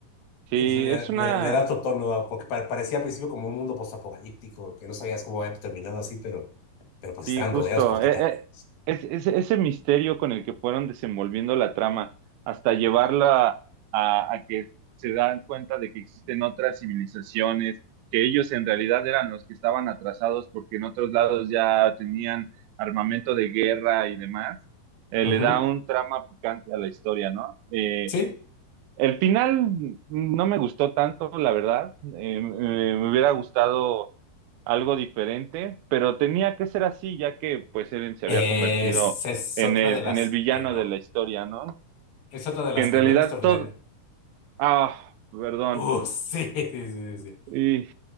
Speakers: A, on the right; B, on the left.
A: Sí,
B: Le,
A: es una,
B: le- le da otro tono, ¿no? porque pa- parecía al principio como un mundo postapocalíptico, que no sabías cómo había terminado así, pero, pero pues
A: Sí,
B: estaban
A: justo.
B: rodeados por titanes.
A: Eh, eh, es- es- ese misterio con el que fueron desenvolviendo la trama, hasta llevarla a, a que se dan cuenta de que existen otras civilizaciones, que ellos en realidad eran los que estaban atrasados porque en otros lados ya tenían armamento de guerra y demás, eh,
B: Ujú.
A: le da un trama picante a la historia, ¿no? Eh,
B: Sí,
A: el final no me gustó tanto, la verdad. Eh, me me hubiera gustado algo diferente, pero tenía que ser así, ya que pues Eren se
B: Eh,
A: había convertido
B: es, es
A: en
B: otra
A: el,
B: de las
A: en el villano
B: que no.
A: de la historia, ¿no?
B: Es otra de las
A: Que en
B: que
A: realidad
B: no he visto al
A: todo...
B: final.
A: Ah, perdón.
B: Uh, sí, <laughs> sí, sí, sí.
A: Y